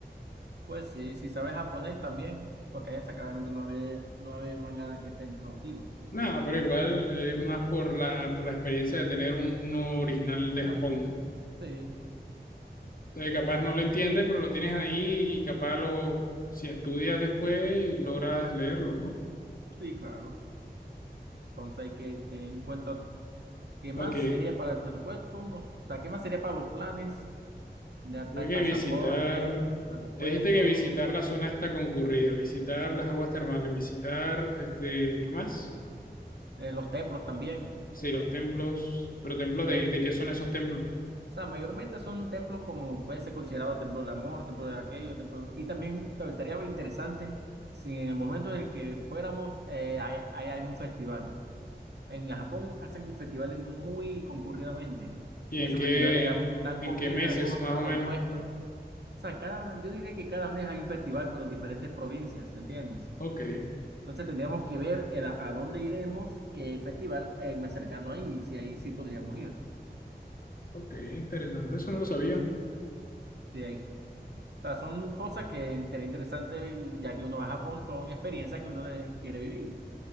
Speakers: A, on the right; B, on the left.
A: Pues sí, si sabes japonés también, porque allá claramente no hay, no hay manga que estén traducidos.
B: Nada, pero igual es más por la, por la experiencia de tener un, uno original de
A: Ujú.
B: Japón, ¿no?
A: Sí,
B: Entonces, capaz no lo entiendes, pero lo tienes ahí y capaz lo, si estudias después, logras leerlo, ¿no?
A: sí, claro. Entonces hay que tener en cuenta qué más
B: Ok,
A: sería para el presupuesto, no- o sea, qué más sería para los planes. Ya está
B: creo
A: el
B: que
A: pasaporte,
B: visitar,
A: presupuesto,
B: dijiste que visitar la zona está concurrida, visitar las aguas termales, visitar, este, ¿qué más?
A: eh, los templos también.
B: Sí, los templos, pero templos
A: Eh,
B: de, de qué son esos templos
A: o sea, mayormente son templos como puede ser considerado templo del amor, templo de aquello, templo... Y también tal- estaría interesante si en el momento en el que fuéramos eh, hay, hay algún festival. En Japón hacen festivales muy concurridamente.
B: y
A: En
B: en
A: esos
B: qué,
A: festivales dan, dan
B: en
A: comida,
B: qué meses
A: cosas,
B: más o
A: hay
B: menos.
A: puestos. O sea, cada, yo diría que cada mes hay un festival, pero en diferentes provincias, ¿entiendes?
B: Ok,
A: Entonces tendríamos que ver el a, a dónde iremos, qué festival hay más cercano ahí, y si ahí sí podríamos ir.
B: ok, interesante, eso no lo sabía.
A: Si hay- o sea, son cosas que sería interesante, ya que uno va a Japón, son experiencias que uno eh, quiere vivir.